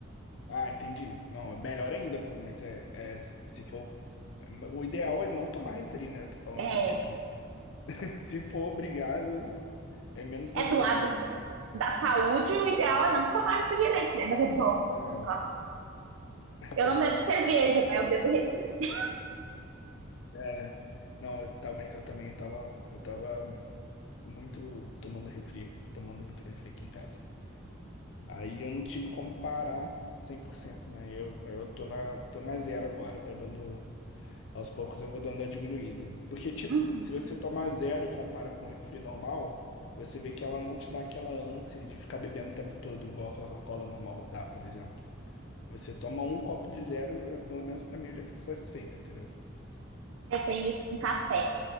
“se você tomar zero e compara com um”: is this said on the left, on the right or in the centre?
Left